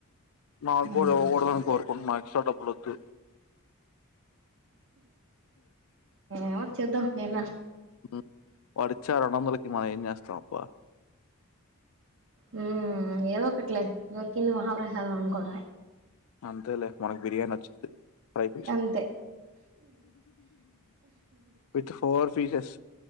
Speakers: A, on the left; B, on the right.
A: మాగూడ
B: మ్మ్
A: <unintelligible> షాటప్లోద్దు.
B: ఏమో చేద్దం ఏన్న
A: మ్మ్ వాడు ఇచ్చాడంట మళ్ళీ మన ఏం చేస్తాం అబ్బా
B: మ్మ్ ఏదో ఒకట్లే దొరికింది మహాప్రసాదం అనుకోవడ
A: అంతలే మనకు బిర్యానీి వచ్చింది ఫ్రై పీస్
B: అంతే
A: విత్ ఫోర్ పీసెస్